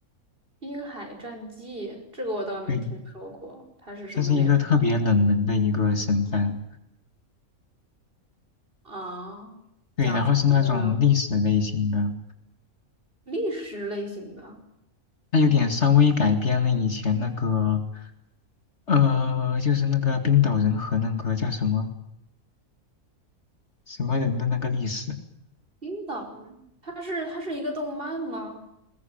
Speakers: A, on the right; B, on the left.
A: 《滨海战记》这个我倒没听说过，
B: 对，
A: 它是什么内容的
B: 这是一个特别冷门的一个神番，
A: 啊？
B: 对，
A: 讲什么的呢？
B: 然后是那种历史类型的，
A: 历史类型的
B: 它有点稍微改编了以前那个，呃，就是那个冰岛人和那个叫什么什么人的那个历史，
A: 冰岛人，它是它是一个动漫吗？